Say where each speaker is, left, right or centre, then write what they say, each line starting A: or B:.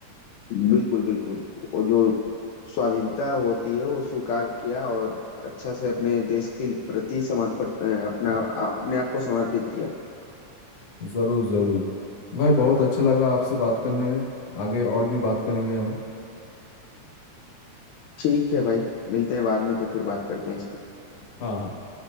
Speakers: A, on the left; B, on the left.
A: बिल्कुल बिल्कुल वो जो स्वाधीनता होती है वो स्वीकार किया और अच्छा से अपने देश के प्रति समर्पण अ, अपना अपने आप को समर्पित किया
B: जरूर जरूर भाई बहुत अच्छा लगा आपसे बात करने में आगे और भी बात करेंगे हम
A: ठीक है भाई मिलते हैं बाद में तो फिर बात करते हैं इस पर
B: हाँ हाँ